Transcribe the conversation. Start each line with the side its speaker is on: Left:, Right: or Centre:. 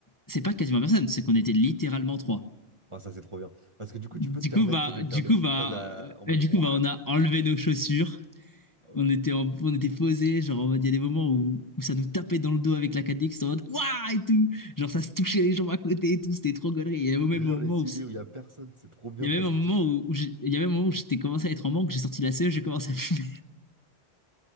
Left: c'est pas quasiment personne, c'est qu'on était littéralement trois.
Right: Ah, ça, c'est trop bien. Parce que du coup,
Left: Du
Right: tu peux te permettre,
Left: coup, bah,
Right: tu sais, de faire
Left: du
Right: des
Left: coup,
Right: petites
Left: bah,
Right: phrases à- en mode.
Left: euh, du
Right: Ouah.
Left: coup, bah, on a enlevé nos chaussures.
Right: Ah ouais.
Left: On était, en- on était posés. Genre, en mode, il y a des moments où, où ça nous tapait dans le dos avec la 4DX en mode, waouh et tout. Genre, ça se touchait les jambes à côté et tout. C'était trop gaulerie. Il y a même un
Right: Je
Left: moment
Right: jure, les
Left: où,
Right: idées
Left: c-
Right: où il y a personne, c'est trop bien
Left: il
Right: parce
Left: y a même un
Right: que
Left: moment
Right: tu,
Left: où, où j'ai- il y a même un moment où j'étais commencé à être en manque. J'ai sorti la CE, j'ai commencé à fumer.